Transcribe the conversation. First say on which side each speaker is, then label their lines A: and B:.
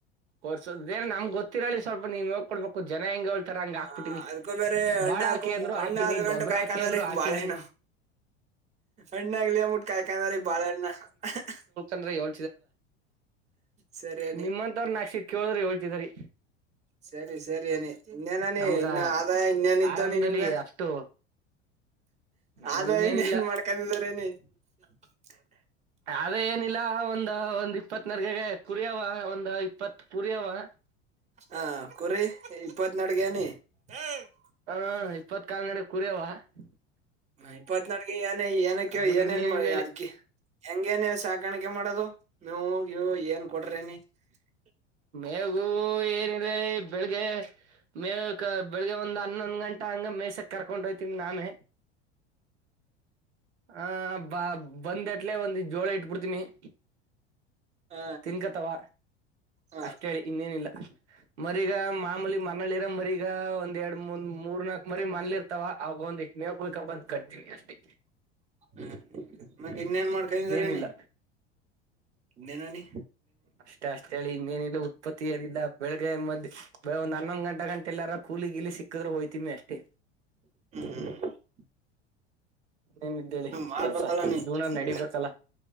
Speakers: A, on the right; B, on the right.
A: ಕೊರ್ಸದ ಬೇರೆ ನಮ್ ಗೊತ್. ತಿಳ ಸ್ವಲ್ಪ ನೀವ್ ನೋಡ್ಕೋ. ಹು ಜನ ಹೆಂಗ ಹೇಳ್ತಾರ ಹಂಗ
B: ಹಾ
A: ಹಾಕ್ಬಿಟ್ಟಿನಿ
B: ಅದ್ಕೂ ಬೇರೆ ಅಣ್ಣ
A: ಬಾಳ
B: ಹಾಕೊ
A: ಹಾಕಿ ಅಂದ್ರು
B: ಅಣ್ಣ
A: ಹಾಕಿನಿ
B: ಆಗ ಗಂಟು
A: ಗೊಬ್ಬ್ರ
B: ಕಾಯ್ಕಂದಾರೀ
A: ಹಾಕಿ ಅಂದ್ರು ಹಾಕಿನಿ
B: ಬಾಳೆಹಣ್ಣ ಅಣ್ಣ ಆಗ್ಲಿ ಮುಟ್ ಕಾಯ್ಕಂದ್ರ ಬಾಳೆಹಣ್ಣ.... <unintelligible>
A: ಯ.. <inaudible>
B: ಸರಿನಿ
A: ನಿಮ್ಮಂತವ್ರ ನಾಕ್ಷಿತ್ ಕೇಳಿದ್ರಿ ಹೇಳ್ತಿದ್ರಿ
B: ಸರಿ ಸರಿ ಅನಿ ಇನ್ನೇನನ
A: ನಮ್ಗ
B: ಇನ್ನು ಆದಾಯ ಇನ್ನೇನ್ ಇದ್ದವನಿ
A: ಆರಂಭದಲ್ಲಿ
B: ನಿಮ್ಗ
A: ಅಷ್ಟು ನಮ್ಗ
B: ಆದಾಯ
A: ಇನ್ನೇನಿಲ್ಲ
B: ಇನ್ನೇನ್ ಮಾಡ್ಕೊಂಡಿದಾರನಿ.. <unintelligible> ಹ.. <inaudible>
A: ಅದ ಏನಿಲ್ಲ ಒಂದು.. <inaudible> ಒ ಒಂದ್ ಇಪ್ಪತ್ ನರ್ಗಗೆ ಕುರಿಯವ ಒಂದ್ ಇಪ್ಪತ್ತು ಕುರಿವ.. <unintelligible>
B: ಹಾ ಕುರಿ ಇಪ್ಪತ್.. <inaudible> ಅಡಗೆನೆ.. <inaudible>
A: ಹ ಇಪ್ಪತ್ ಕಾಲ್ಗಡೆ ಕುರಿ್ಯವ.. <unintelligible>
B: ಹ ಇಪ್ಪತ್ನಾಡ್ಕ ಏನ ಏನಕ್ಕೆ
A: ಅದ್ ಬಿಟ್ರಿ
B: ಏನೇನ್
A: ಇನ್ನೇನಿಲ್ಲ ಹೇಳಿ
B: ಅದಕಿ ಹೆಂಗ ಏನ.. <unintelligible> ಸಾಕಾಣಿಕೆ ಮಾಡೋದು ನೀವೋಗ್ಯ ಏನ್ ಕೊಡ್ರೇನಿ... <unintelligible>
A: ಮೇಗು ಏರಿ.. <inaudible> ಅ್ರ ಬೆಳಿಗ್ಗೆ.. <inaudible> ಮೇ ಬೆಳಿಗ್ಗೆ ಒಂದ <inaudible> ೊಂದು ಂಟಾ ಆಂಗ ಮೆಸಕ್.. <inaudible> ಕರ್ಕೊಂಡ ಹೋಯ್ತಿಮ ನಾಮೇ ಆ ಬ ಬಂದ್ ಇಟ್ಲೆ ಒಂದ ಜೋಳ ಇಟ್ಬಿಡ್ತಿಮಿ... <unintelligible>
B: ಹ
A: ತಿನ್ಕತಾವ
B: ಹ
A: ಅಷ್ಟ ಹೇಳಿ ಇನ್ನೇನಿಲ್ಲ. ಮರೀಗ ಮಾಮೂಲಿ. ಮನಲಿ ಇರ ಮರಿಗ ಒಂದ ಎರಡ್ ಮೂ ಮೂರ್ ನಾಕ. ಮರಿ ಮನ್ಲಿರ್ತವ ಅವ. ಒಂದಿಕ್ ಮೇವ ಕುಯ್ಕೋ ಬಂದ ಕಟ್ತೀನಿ ಅಷ್ಟೇ.
B: ಹ ಮತ್ತ ಇನ್ನೇನ್ ಮಾಡ್ಕೊಂದಿರ
A: ಇನ್ನೇನಿಲ್ಲ
B: ಅನ್ನಿ. ನೆನನಿ.
A: ಅಷ್ಟೇ ಅಷ್ಟ ಹೇಳಿ ಇನ್ನೇನಿಲ್ಲ ಉತ್ಪತ್ತಿ ಏನಿಲ್ಲ ಬೆಳಗ್ಗೆ ಮಧ್ಯೆ. ಬೇ ಒಂದು ಹನ್ನೊಂದು ಗಂಟ. ಎಲ್ಲಾರ ಕೂಲಿ ಗಿಲಿ ಸಿಕ್ಕಿದ್ರೆ ಹೋಯ್ತಿಮಿ ಅಷ್ಟೇ.
B: ಹ್ಮ್ ಹ್ಮ
A: ಏನ ಇದ್ದೇಳಿ
B: ಮಾಡ್ಬೇಕಲ್ಲ
A: ಕೆಲ್ಸ
B: ನೀ
A: ಜೀವನ
B: ಜೀವ್ನ
A: ನಡಿಬೇಕಲ್ಲ